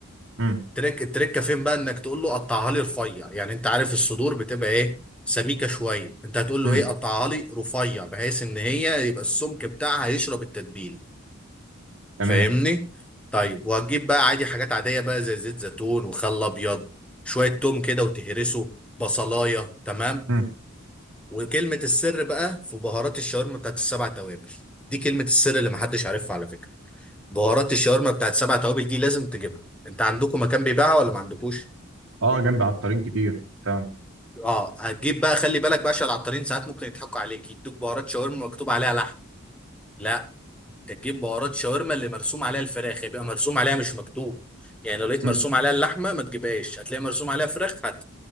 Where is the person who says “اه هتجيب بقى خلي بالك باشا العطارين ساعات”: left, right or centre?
Centre